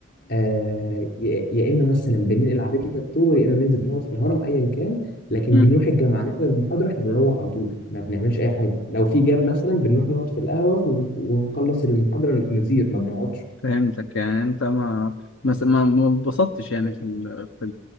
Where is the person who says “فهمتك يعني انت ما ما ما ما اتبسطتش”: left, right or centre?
Left